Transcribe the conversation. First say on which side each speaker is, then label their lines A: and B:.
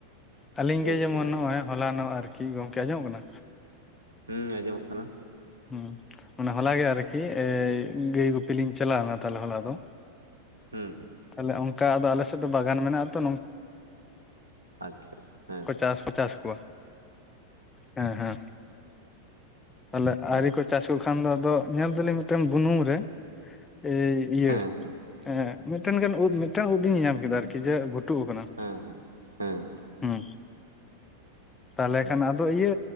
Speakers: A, on the left (about 15°); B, on the right (about 80°).
A: ᱟᱹᱞᱤᱧ
B: ᱵᱩᱡᱽ
A: ᱜᱮ ᱡᱮᱢᱚᱱ
B: ᱠᱮᱫᱟ
A: ᱱᱚᱸᱜᱼᱚᱭ
B: ᱵᱤᱱ
A: ᱦᱚᱞᱟᱱᱚᱜ ᱟᱨᱠᱤ ᱜᱚᱝᱠᱮ ᱟᱸᱡᱚᱢᱚᱜ ᱠᱟᱱᱟ?
B: ᱦᱩᱸ ᱟᱸᱡᱚᱢᱚᱜ ᱠᱟᱱᱟ᱾
A: ᱦᱩᱸ ᱚᱱᱟ ᱦᱚᱞᱟ ᱜᱮ ᱟᱨᱠᱤ ᱜᱟᱹᱭ ᱜᱩᱯᱤ ᱞᱤᱧ ᱪᱟᱞᱟᱣ ᱞᱮᱱᱟ ᱛᱟᱦᱞᱮ ᱦᱚᱞᱟ ᱫᱚ᱾
B: ᱦᱩᱸ ᱦᱩᱸ᱾
A: ᱛᱟᱦᱞᱮ ᱚᱝᱠᱟ ᱟᱫᱚ ᱟᱞᱮ ᱥᱮᱫ ᱫᱚ ᱵᱟᱜᱟᱱ ᱢᱮᱱᱟᱜᱼᱟ ᱛᱚ ᱱᱚᱝ
B: ᱟᱪᱪᱷᱟ ᱦᱮᱸ᱾
A: ᱪᱟᱥ ᱠᱚ ᱪᱟᱥ ᱠᱚᱣᱟ ᱦᱮᱸ ᱦᱮᱸ᱾ ᱛᱟᱦᱞᱮ
B: ᱦᱩᱸ
A: ᱟᱣᱨᱤ ᱠᱚ ᱪᱟᱥ ᱠᱚ ᱠᱷᱟᱱ ᱫᱚ ᱟᱫᱚ ᱧᱮᱞ ᱫᱟᱞᱤᱧ ᱢᱤᱫᱴᱮᱱ ᱵᱩᱱᱩᱢ ᱨᱮ ᱮᱭ ᱤᱭᱟᱹ
B: ᱦᱮᱸ ᱦᱮᱸ
A: ᱮᱸ ᱢᱤᱫᱴᱮᱱ ᱜᱟᱱ ᱩᱫ ᱢᱤᱫᱴᱟᱝ ᱩᱫ ᱞᱤᱧ ᱧᱮᱧᱟᱢ ᱠᱮᱫᱟ ᱟᱨᱠᱤ ᱡᱮ ᱵᱷᱩᱴᱩᱜ ᱟᱠᱟᱱᱟ᱾
B: ᱦᱮᱸ ᱦᱮᱸ ᱦᱮᱸ᱾
A: ᱦᱩᱸ ᱛᱟᱦᱞᱮ ᱠᱷᱟᱱ
B: ᱟᱪᱪᱷᱟ
A: ᱟᱫᱚ ᱤᱭᱟᱹ